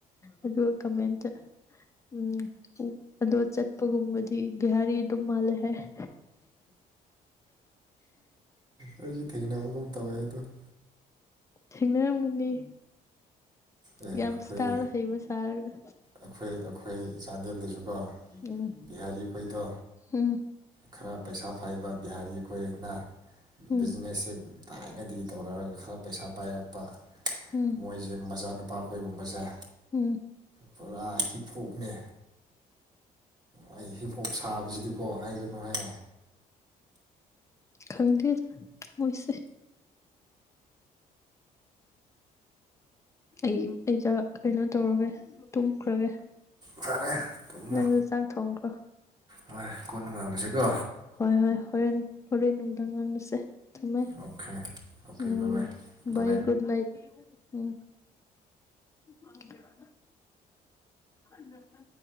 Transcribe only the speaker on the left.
ꯑꯗꯨꯒ ꯀꯃꯦꯟꯇ ꯎꯝ ꯑꯗꯣ ꯆꯠꯄꯒꯨꯝꯕꯗꯤ ꯕꯤꯍꯥꯔꯤ ꯑꯗꯨꯝ ꯃꯥꯜꯂꯦ ꯍꯥꯏꯌꯦ꯫
ꯊꯦꯡꯅꯔꯝꯒꯅꯤ
ꯌꯥꯝ
ꯁꯇꯥꯏꯜ ꯍꯩꯕ ꯁꯥꯔꯒ
ꯎꯝ
ꯎꯝ
ꯎꯝ
ꯎꯝ
ꯎꯝ
ꯈꯪꯗꯦꯗ ꯃꯣꯏꯁꯦ ꯑꯩ ꯑꯩꯗ ꯀꯩꯅꯣ ꯇꯧꯔꯒꯦ ꯇꯨꯝꯈ꯭ꯔꯒꯦ
ꯅꯪꯁꯨ ꯆꯥꯛ ꯊꯣꯡꯈ꯭ꯔꯣ
ꯍꯣꯏ ꯍꯣꯏ ꯍꯣꯔꯦꯟ ꯍꯣꯔꯦꯟ ꯅꯨꯡꯗꯥꯡ ꯉꯥꯡꯂꯨꯁꯦ ꯊꯨꯝꯃꯦ
ꯎꯝ
ꯏ ꯨꯗ ꯅꯥꯏꯠ ꯎꯝ ꯍ ꯍꯅ ꯊ